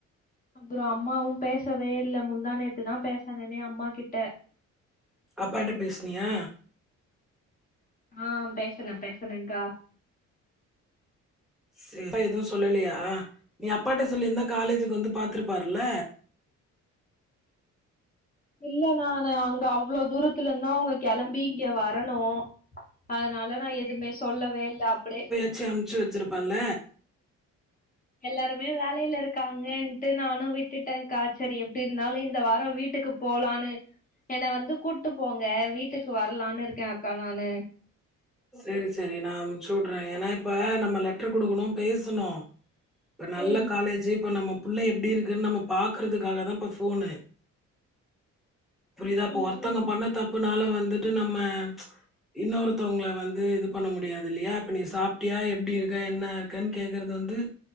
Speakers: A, on the left; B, in the centre.
A: அப்புறம் அம்மாவும் பேசவே இல்ல முந்தா நேத்து தா பேசுனனே அம்மா கிட்ட
B: அப்பா கிட்ட பேஸ்னியா
A: ஆ பேசன பேசனேங்க்கா
B: சேர் எதுவு சொல்லலையா நீ அப்பாட்ட சொல்லிருந்தா காலேஜுக்கு வந்து பாத்துருப்பாருல
A: இல்ல நானு அங்க அவ்ளோ தூரத்துல இருந்து அவங்க கெளம்பி இங்க வரணு அதனால நா எதுவுமே சொல்லவே இல்ல அப்டியே
B: ச்சு அம்ச்சு வச்சிருப்பல
A: எல்லாருமே வேலையில இருகாங்கன்ட்டு நானு விட்டுட்டேங்கா செரி எப்டி இருந்தாலு இந்த வாரோ வீட்டுக்குப் போலான்னு என்ன வந்து கூட்டு போங்க வீட்டுக்கு வரலான்னு இருக்கே அக்கா நானு
B: செரி செரி நா அம்ச்சுடுறே ஏன்னா இப்ப நம்ம லெட்டர் குடுக்கணு பேசணு இப்ப நல்ல
A: ம்
B: காலேஜ் இப்ப நம்ம பிள்ளை எப்ப இருக்குன்னு நம்ம பாக்குறதுகாக தா இப்ப ஃபோனு புரிதா இப்ப
A: ம்
B: ஒருத்தவங்க
A: ம்
B: பண்ண தப்புனால வந்துட்டு நம்ம ம்ச் இன்னொருத்தவங்கல வந் ந்து இது பண்ண முடியாது இல்லயா அப்ப நீ சாப்ட்டியா எப்டி இருக்க என்னா இருக்கன்னு கேக்கிறது வந்து